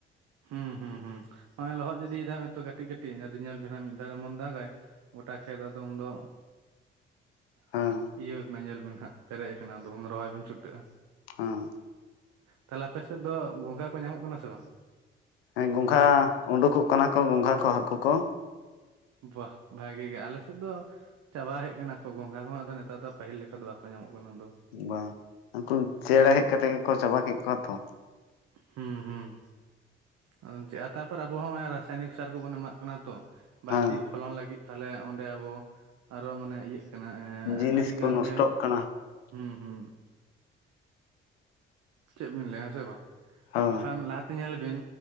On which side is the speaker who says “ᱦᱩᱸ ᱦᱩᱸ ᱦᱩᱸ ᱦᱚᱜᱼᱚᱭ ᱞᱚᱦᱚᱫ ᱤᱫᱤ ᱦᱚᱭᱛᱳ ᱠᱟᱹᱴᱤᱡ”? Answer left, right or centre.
Right